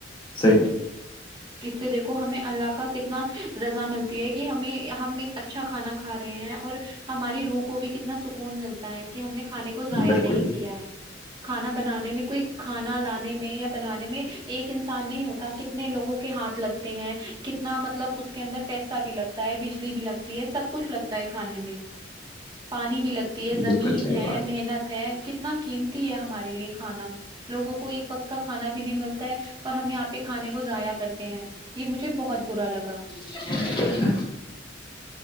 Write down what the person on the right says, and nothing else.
اس سے دیکھو ہمیں اللہ کا کتنا رزا ملتی ہے کہ ہمیں ہم ایک ا اچھا کھانا کھا رہے ہیں اور ہماری روح کو بھی کتنا سکون ملتا ہے کہ ہم نے کھانے کو ضائع
نہیں کیا ہے کھانا بنانے میں کوئی ک لانے میں یا بنانے میں ایک انسان نہیں ہوتا کہ کتنے لوگوں کے ہاتھ لگتے ہیں کتنا مطلب اس کے اندر پیسہ بھی لگتا ہے بجلی بھی لگتی ہے سب کچھ لگتا ہے کھانے میں پانی بھی لگتا زمین
ہے
محنت ہے کتنا قیمتی ہے ہمارے لیے کھانا لوگوں کو ایک پقت کا کھانا بھی نہیں ملتا ہے اور ہم یہاں پہ کھانے کو ضائیا کرتے ہیں یہ مجھے بہت برا لگا